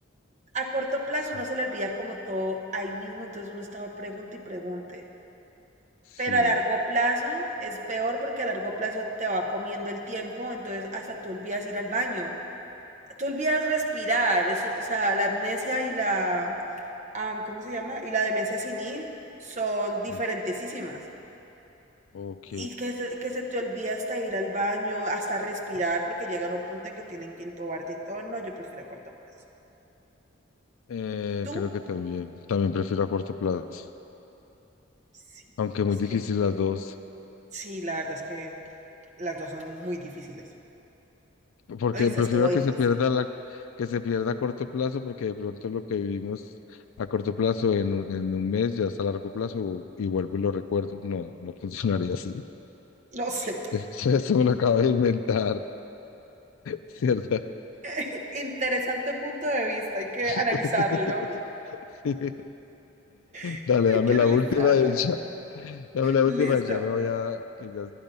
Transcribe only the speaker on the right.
a corto plazo
uno se le olvida como todo ahí mismo, entonces uno estaba pregunta y pregunte.
Pero a largo plazo es peor porque a largo plazo te va comiendo el tiempo, entonces hasta tú olvidas ir al baño. Tú olvidas respirar, eso, o sea, la amnesia y la, am, ¿cómo se llama? Y la demencia senil son diferentísimas.
Y que se, que se te olvida hasta ir al baño, hasta respirar, porque llegar a un punto en que tienen que intubarte y todo. No, yo prefiero a corto plazo.
¿Tú?
Sí.
Es
que
sí, la verdad es que las dos son muy difíciles.
Hoy
es todo difícil.
No sé.
<laughs> Interesante punto de vista. Hay que
analizarlo.
<laughs>
Hay que
analizarlo.
Listo.